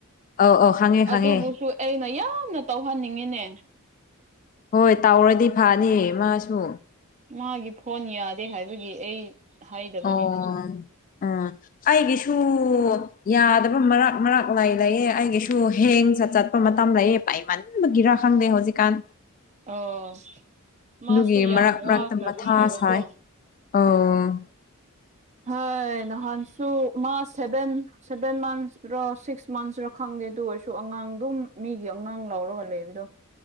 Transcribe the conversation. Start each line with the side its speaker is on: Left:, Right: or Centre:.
Left: ꯑꯧ ꯑꯧ ꯈꯪꯉꯦ ꯈꯪꯉꯦ
Right: ꯑꯗꯨꯕꯨꯁꯨ꯫ ꯑꯩꯅ ꯌꯥꯝꯅ ꯇꯧꯍꯟꯅꯤꯡꯉꯤꯅꯦ꯫
Left: ꯍꯣꯏ ꯇꯥꯎꯔꯗꯤ ꯐꯅꯤ ꯃꯥꯁꯨ꯫
Right: ꯃꯥꯒꯤ ꯐꯣꯟ ꯌꯥꯗꯦ ꯍꯥꯏꯕꯒꯤ ꯑꯩ꯫ ꯍꯥꯏꯗꯕꯅꯤ
Left: ꯑꯣ ꯎꯝ꯫ ꯑꯩꯒꯤꯁꯨ ꯌꯥꯗꯕ ꯃꯔꯛ ꯃꯔꯛ ꯂꯩ ꯂꯩꯌꯦ ꯑꯩꯒꯤꯁꯨ ꯍꯦꯡ ꯆꯠ ꯆꯠ꯫ ꯃꯇꯝ ꯂꯩꯌꯦ ꯄꯥꯏ ꯃꯟꯕ ꯒꯤꯔꯥ ꯈꯪꯗꯦ ꯍꯧꯖꯤꯛꯀꯥꯟ꯫
Right: ꯑꯣ ꯃꯥꯁꯨ
Left: ꯑꯗꯨꯒꯤ
Right: ꯌꯥꯝ
Left: ꯃꯔꯛ ꯃꯔꯛꯇ
Right: ꯋꯥꯈ꯭ꯔꯕꯅꯤ
Left: ꯃꯊꯥ
Right: ꯍꯥꯏꯕꯀꯣ꯫
Left: ꯁꯥꯏ ꯑꯣ꯫
Right: ꯍꯥꯏ ꯅꯍꯥꯟꯁꯨ ꯃꯥ ꯁꯦꯕꯦꯟ꯫ ꯁꯚꯦꯟ ꯃꯟꯁꯇꯔꯥ ꯁꯤꯛꯁ ꯃꯟꯁꯔꯥ ꯈꯪꯗꯦ ꯑꯗꯨ ꯑꯣꯏꯔꯁꯨ ꯑꯉꯥꯡ ꯑꯗꯨꯝ ꯃꯤꯒꯤ ꯑꯉꯥꯡ ꯂꯧꯔꯒ ꯂꯩꯕꯗꯣ꯫